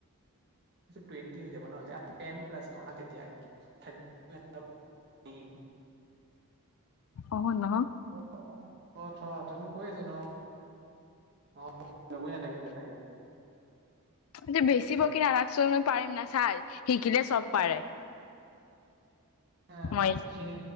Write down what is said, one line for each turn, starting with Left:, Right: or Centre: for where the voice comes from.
Right: টেণ্টি হৈাব ন টেন প্লছ কণ থি হাকি থ <unintelligible>
Left: অ ন
Right: অ অ অ থ থ মই কৈ আছো ন অ চবই নালাগিছিলে চাগে
Left: তে বেছিিব বকি নাৰাখ চ পাৰিম না চাই শিকিলে চব পাৰে
Right: আহ
Left: মই
Right: এইখিনি